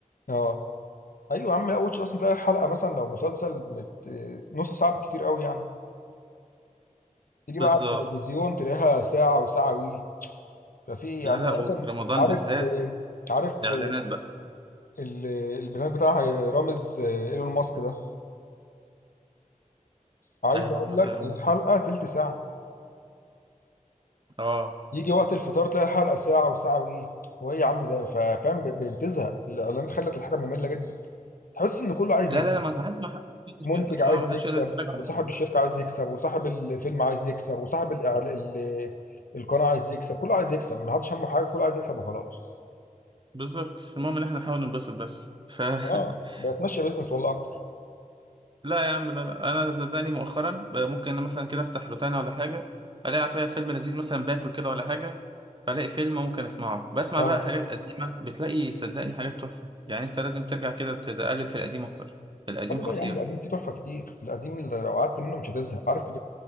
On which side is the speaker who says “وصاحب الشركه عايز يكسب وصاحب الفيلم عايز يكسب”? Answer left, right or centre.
Left